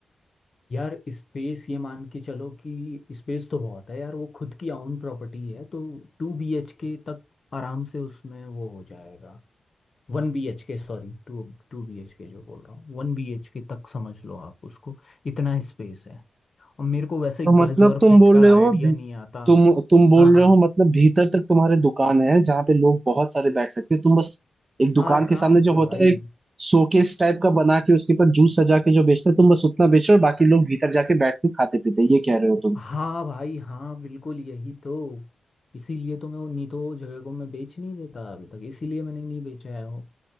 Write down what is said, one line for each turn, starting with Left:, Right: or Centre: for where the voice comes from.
Left: यार स्पेस ये मान के चलो कि स्पेस तो बहुत है यार वो खुद की आउन प्रॉपर्टी है तो टू बी एच के तक आराम से उसमें वो हो जाएगा वन बी एच के सॉरी टू टू बी एच के जो बोल रहा हूँ वन बी एच के तक समझ लो आप उसको इतना स्पेस है और मेरे को वैसे
Right: तो
Left: गज
Right: मतलब
Left: और
Right: तुम
Left: फिट
Right: बोल
Left: का
Right: रहे हो
Left: आइडिया
Right: भी-
Left: नहीं आता
Right: तुम तुम बोल
Left: हाँ हाँ
Right: रहे हो मतलब भीतर तक तुम्हारे दुकान है जहाँ पे लोग बहुत सारे बैठ सकते हैं तुम बस एक दुकान
Left: आराम
Right: के सामने जो
Left: से
Right: होता
Left: भाई
Right: है एक शोकेस टाइप का बना के उसके ऊपर जूस सजा के जो बेचते हैं तुम बस उतना बेचो और बाकी लोग भीतर जाके बैठ के खाते पीते हैं। ये कह रहे हो तुम
Left: हाँ भाई हाँ बिल्कुल यही तो इसीलिए तो मैं वो नहीं तो वो जगह को मैं बेच नहीं देता अभी तक इसीलिए मैंने नहीं बेचा है वो